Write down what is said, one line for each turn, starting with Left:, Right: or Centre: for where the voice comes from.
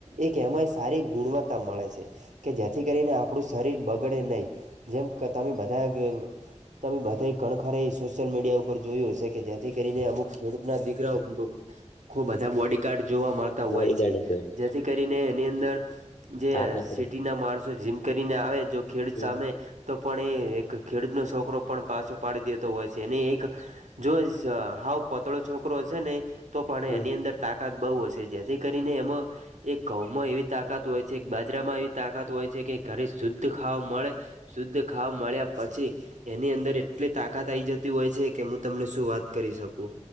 Right: એક એમાંય સારી ગુણવત્તા મળે છે કે જેથી કરીને આપણું શરીર બગડે નહીં. જેમ તમે બધા ગ, તમે બધા કણખરા સોશિયલ મીડિયા ઉપર જોયું હશે કે જેથી કરીને અમુક ખેડૂત ના દીકરાઓ, ખુબ બધા બોડીગાર્ડ જોવા મળતા
Left: વળી
Right: હોય
Left: ગયો
Right: છે જેથી કરીને એની અંદર, જે
Left: તાકાત
Right: સિટી ના માણસો જીમ કરીને આવે જો ખેડૂત
Left: હમ
Right: સામે, તો પણ એ એક ખેડૂત નો છોકરો પણ પાછો પાડી દેતો હોય છે એને એક, જો હાવ પતળો છોકરો હશે ને તો પણ
Left: હમ
Right: એની અંદર, તાકાત બહુ હશે જેથી કરીને એમાં, એક ઘઉંમાં એવી તાકાત હોય છે, એક બાજરામાં એવી તાકાત હોય છે, કે ઘરે શુદ્ધ ખાવા મળે. શુદ્ધ ખાવા મળ્યા પછી. એની અંદર એટલી તાકાત આઈ જતી હોય છે કે હું તમને શું વાત કરી શકું.